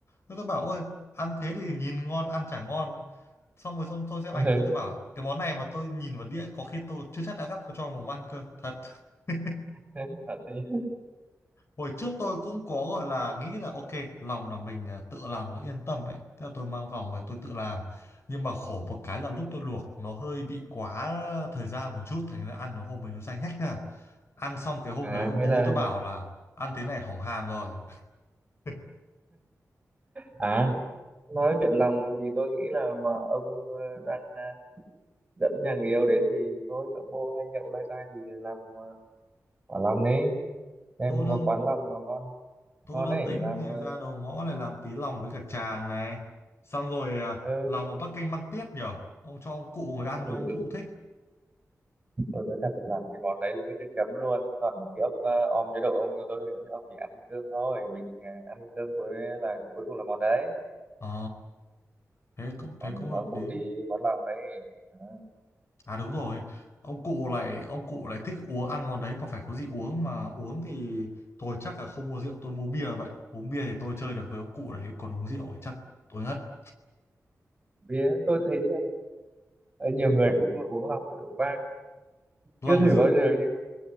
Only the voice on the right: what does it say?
là-
<laughs> thật đấy
à
hay
là
à nói chuyện lòng thì tôi nghĩ là mà ông ờ, đang ờ, dẫn nhà người yêu đến thì thôi ông bô hay nhậu lai dai thì làm ờ, quả lòng đi xem
có quán lòng nó ngon
ngon
ấy
làm
ờ,
ừ.
Ui,
tôi,
tôi nói thật là làm cái món đấy là hết nước chấm luôn Thế còn cái ốc ờ, om chế độ ông tôi hướng dẫn cho ông chỉ ăn với cơm thôi mình ờ, ăn với cơm cuối là cuối cùng là món đấy
còn
ông
bột
thì món lòng đấy à.
vì tôi thấy ờ, nhiều người cũng uống lòng với rượu vang chưa
thử
bao giờ nhưng mà